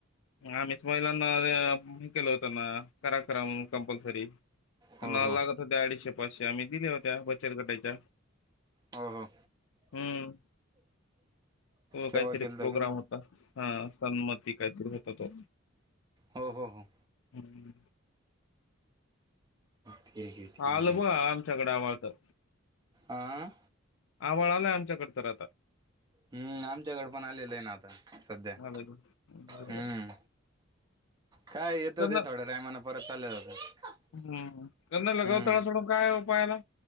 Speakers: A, on the left (about 65°); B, on the right (about 20°).
A: आम्हीच महिलांना केलं होत ना करा करा म्हण कंपल्सरी.
B: हो
A: न
B: हो
A: लागत तेडीशे पाश्याम् दिल्या होत्या, बचत गटाच्या
B: हो हो
A: हम्म
B: तेव्हा
A: काहीतरी
B: केलता
A: प्रोग्राम
B: का ते
A: होता. हा सन्मती का होत.
B: हो हो हो.
A: हम्म
B: ठीक आहे ठीक
A: आलं ब आमच्याकडे आवा त.
B: आं
A: आभाळ आलाय आमच्याकड तर आता.
B: हम्म आमच्याकड पण आलेलं आहे ना आता. सध्या
A: ब <unintelligible>
B: हम्म काय येतं
A: त्यांना
B: ते थोड्या टायमानं परत चाललं जातं
A: हम्म त्यांना लगवता
B: हम्म
A: सोडून काय उपायाला.